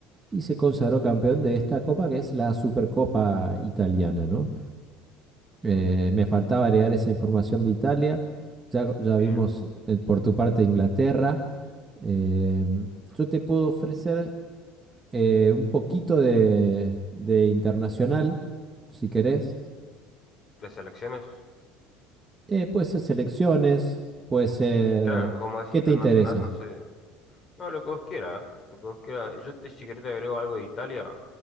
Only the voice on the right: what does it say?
y se consagró campeón de esta copa que es la Supercopa italiana, ¿no? Eh,
me faltaba agregar esa información de Italia. Ya, ya
vimos eh, por tu parte Inglaterra. Eh, yo te puedo ofrecer eh, un poquito de, de internacional, si querés.
Eh, puede ser selecciones, puede ser...
¿Qué
te interesa?